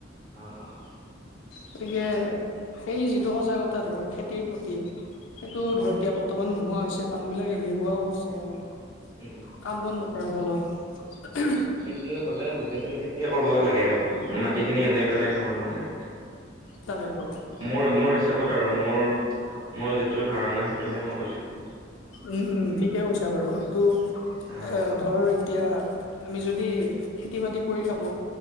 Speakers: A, on the right (about 20°); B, on the left (about 80°).
A: অ অ
B: গতিকে সেই যিটো সজাগতা ধৰ খেতিৰ প্ৰতি সেইটো
A: উম
B: ধৰ এতিয়া বৰ্তমান নোহোৱা হৈছে মানুহ বিলাক এলেহুৱাও হৈছে অলপ
A: উম
B: কাম বন নকৰাৰ ফলত
A: খেতি হলে গোটেইখিনি খেতিয়ে কৰিব লাগে আৰু মাটি খিনি এনেই পেলাই থব নালাগে
B: তাকেতো
A: মোৰ মোৰ হিচাপত আৰু মোৰ মোৰ যিটো ধাৰণা সেইটোহে মই কৈছোঁ
B: উম উম ঠিকে কৈছা বাৰু এইটো
A: আহ
B: এ ধৰ এতিয়া আমি যদি খেতি বাতি কৰি থাকো